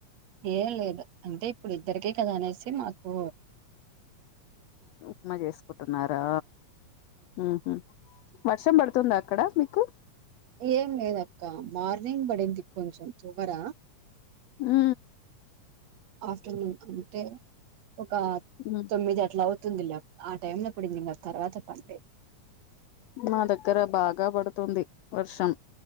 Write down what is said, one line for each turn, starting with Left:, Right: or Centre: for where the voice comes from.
Right: ఏం లేదు అంటే ఇప్పుడు ఇద్దరికె కదా అనేసి మాకు
Left: ఉప్మా చేసుకుంటున్నారా ఉహు వర్షం పడుతుందా అక్కడ మీకు
Right: ఏం లేదక్క మార్నింగ్ పడింది కొంచెం తువ్వర
Left: ఆ
Right: ఆఫ్టర్నూన్ తింటే ఒక
Left: ఉమ్
Right: తొమ్మిది అట్లా అవ్ తుందిలా ఆ టైమ్లప్పడింది ఇంకా తర్వాత పడ్లేదు
Left: మా దగ్గర బాగా పడుతుంది వర్షం